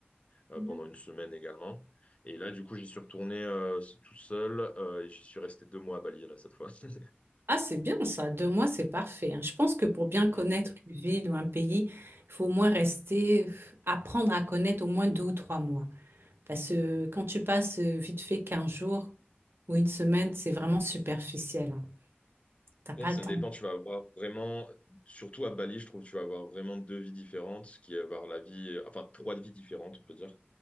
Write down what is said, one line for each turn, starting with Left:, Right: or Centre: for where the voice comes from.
Left: euh,
Right: Bien.
Left: pendant une semaine également. Et là, du coup, j'y suis retourné euh, tout seul euh, et j'y suis resté deux mois à Bali, là, cette fois. <laughs>
Right: Ah, c'est bien ça. Deux mois, c'est parfait. hein. Je pense que pour bien connaître
Left: Mm.
Right: une ville ou un pays, il faut au moins rester, apprendre à connaître au moins deux ou trois mois. Parce que quand tu passes euh, vite fait 15 jours ou une semaine, c'est vraiment superficiel. hein. T'as
Left: En fait,
Right: pas
Left: ça
Right: le temps.
Left: dépend, tu vas avoir vraiment, surtout à Bali, je trouve, tu vas avoir vraiment deux vies différentes, qui est avoir la vie, enfin, trois vies différentes, on peut dire.